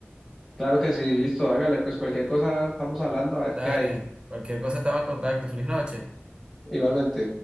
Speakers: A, in the centre; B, on the right.
A: Claro que sí, listo, hágale, pues cualquier cosa estamos hablando, a ver
B: Dale,
A: qué hay.
B: cualquier cosa estamos en contacto. Feliz noche.
A: Igualmente.